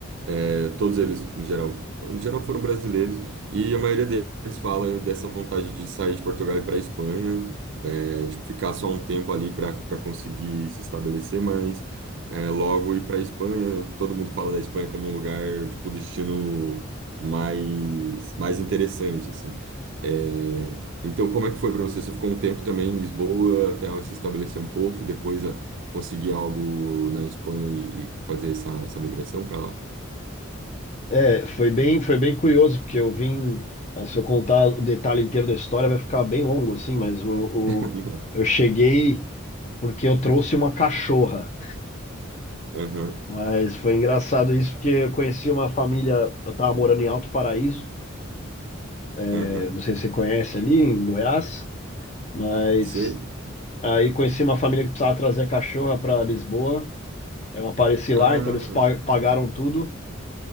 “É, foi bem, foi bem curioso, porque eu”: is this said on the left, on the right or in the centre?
Left